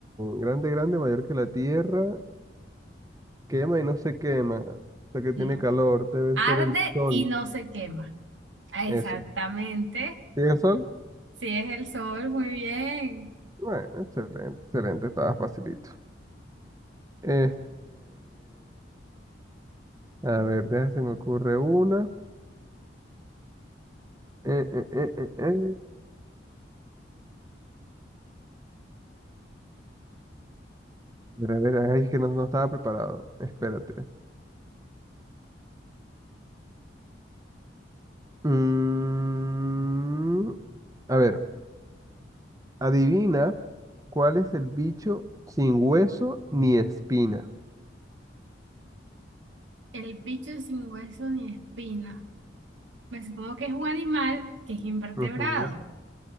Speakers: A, on the right; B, on the right.
A: grande, grande, mayor que la tierra, quema y no se quema, o sea que
B: No,
A: tiene calor, debe
B: arde
A: ser el sol,
B: y no se quema. Exactamente.
A: eso. ¿Sí el sol?
B: Sí, es el sol, muy bien.
A: Bueno, excelente, excelente, estaba facilito. Este, a ver, déjame se me ocurre una. Eh, eh, eh, eh, eh. A ver, a ver, ay, es que no, no estaba preparado, espérate. Mm, a ver, adivina cuál es el bicho sin hueso ni espina.
B: El bicho sin hueso ni espina. me supongo que es un animal que es invertebrado.
A: Ujú.